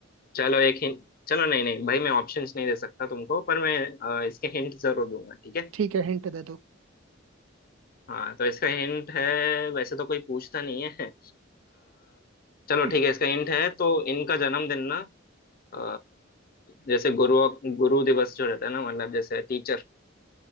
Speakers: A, on the left; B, on the right.
A: चलो एक हिंट चलो नहीं नहीं भाई मैं ऑप्शंस नहीं दे सकता तुमको पर मैं अ, इसके हिंट जरूर दूंगा ठीक है
B: ठीक है हिंट दे दो
A: हाँ तो इसका हिंट है वैसे तो कोई पूछता नहीं है अ, चलो
B: <laughs>
A: ठीक है इसका हिंट है तो इनका जन्मदिन ना अ, जैसे गुरु गुरु दिवस जो रहता है ना मतलब जैसे टीचर